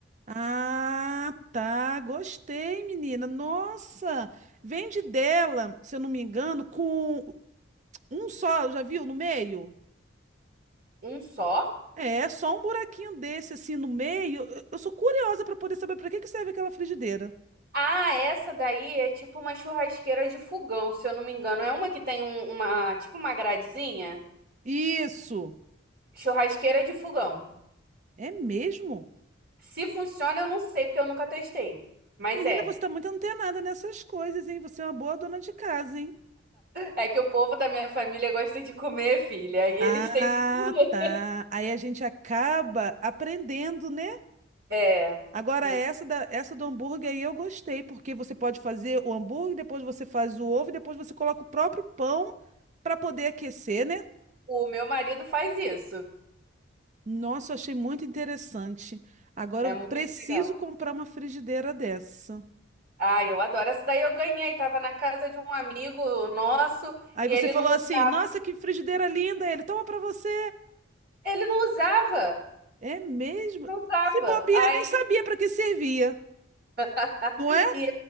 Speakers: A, on the right; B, on the right.
A: Ah, tá. Gostei, menina. Nossa, vende dela, se eu não me engano, com um só, já viu, no meio?
B: Um só?
A: É, só um buraquinho desse assim no meio. Eu eu sou curiosa para poder saber para que que serve aquela frigideira.
B: Ah, essa daí é tipo uma churrasqueira de fogão, se eu não me engano. É uma que tem um- uma, tipo uma gradezinha.
A: Isso.
B: Churrasqueira de fogão.
A: É mesmo?
B: Se funciona, eu não sei, porque eu nunca testei. Mas
A: Menina,
B: é.
A: você tá muito antenada nessas coisas, hein? Você é uma boa dona de casa, hein?
B: É que o povo da minha família gosta de comer, filha. E eles
A: Ah,
B: têm tudo.
A: tá. Aí a gente acaba aprendendo, né?
B: É.
A: Agora,
B: é.
A: essa, da, essa do hambúrguer aí eu gostei, porque você pode fazer o hambúrguer, depois você faz o ovo, e depois você coloca o próprio pão para poder aquecer, né?
B: O meu marido faz isso.
A: Nossa, eu achei muito interessante. Agora
B: É
A: eu
B: muito
A: preciso
B: legal.
A: comprar uma frigideira dessa.
B: Ah, eu adoro. Essa daí eu ganhei. Tava na casa de um amigo nosso
A: Aí
B: e
A: você
B: ele
A: falou
B: não usava.
A: assim: Nossa, que frigideira linda! Ele toma para você.
B: Ele não usava.
A: É mesmo?
B: Não usava.
A: Se bobear,
B: Aí,
A: nem sabia para que servia,
B: <laughs>
A: não é?
B: e